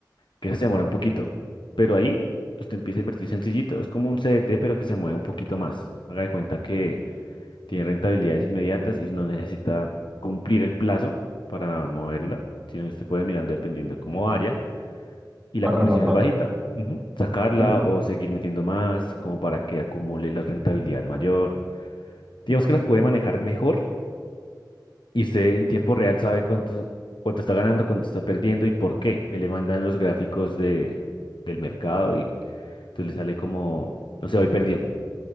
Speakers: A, on the left; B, on the right.
A: que eso se demora un poquito, pero ahí usted empieza a invertir sencillito, es como un CDT pero que se mueve un poquito más. Haga de cuenta que tiene rentabilidades inmediatas y no necesita cumplir el plazo para moverla, sino que usted puede mirando dependiendo de cómo vaya. Y
B: sacar
A: la comisión
B: la plata.
A: es bajita. ujú, Sacarla
B: Pero-
A: o seguir metiendo más, como para que acumule la rentabilidad mayor. Digamos que las puede manejar mejor y usted en tiempo real sabe cuánto, cuánto está ganando, cuánto está perdiendo y por qué. Ahí le mandan los gráficos de, del mercado y entonces le sale como, no sé, hoy perdió.